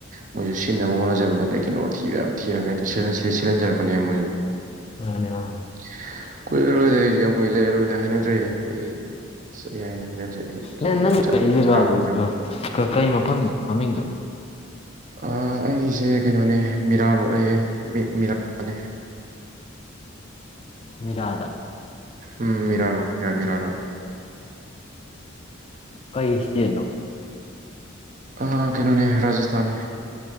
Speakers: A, on the right; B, on the left.
A: ꯃꯣꯏꯁꯨ ꯁꯤꯟꯅꯕ ꯍꯣꯠꯅꯖꯕꯗ ꯀꯩ ꯀꯩꯅꯣ ꯊꯤꯕ ꯌꯥꯕ ꯊꯤꯔꯒ ꯍꯦꯛꯇ ꯁꯤꯜꯂ ꯁꯤꯜꯍꯟꯖꯔꯛꯄꯅꯦꯕ ꯃꯣꯏꯅꯥ
B: ꯃꯥꯅꯦ ꯃꯥꯅꯦ
A: <unintelligible> ꯀꯨꯏꯔꯔꯣꯏꯗ ꯑꯩꯀꯩꯁꯨ ꯌꯥꯝ ꯀꯨꯏꯅ ꯂꯩꯔꯔꯣꯏꯗ ꯍꯥꯏꯅꯗ꯭ꯔꯦ ꯑꯩ ꯁꯤꯗ <unintelligible> ꯍꯩꯅꯗ꯭ꯔꯦ ꯑꯩ
B: ꯍꯦ
A: ꯌꯨꯝ
B: ꯅꯪ
A: ꯆꯠꯅꯤꯡ
B: ꯂꯩꯔꯤ
A: ꯏꯁꯥ
B: ꯖꯒꯥꯗꯨ
A: ꯉꯝꯗ꯭ꯔꯕꯅꯤ
B: ꯀ ꯀꯩ ꯃꯐꯝꯅꫭ ꯃꯃꯤꯡꯗꯣ
A: ꯑ ꯑꯩꯒꯤꯁꯦ ꯀꯩꯅꯣꯅꯦ ꯃꯤꯔꯥ ꯔꯣꯠ ꯍꯥꯏꯌꯦ ꯃꯤꯔꯥ ꯑꯅꯦ
B: ꯃꯤꯔꯥꯗ
A: ꯎꯝ ꯃꯤꯔꯥ ꯔꯣꯠ ꯍꯥ ꯃꯤꯔꯥ ꯔꯣꯠ
B: ꯀꯩ ꯁ꯭ꯇꯦꯠꯅꯣ
A: ꯑ ꯀꯩꯅꯣꯅꯦ ꯔꯥꯖꯁꯊꯥꯟꯅꯦ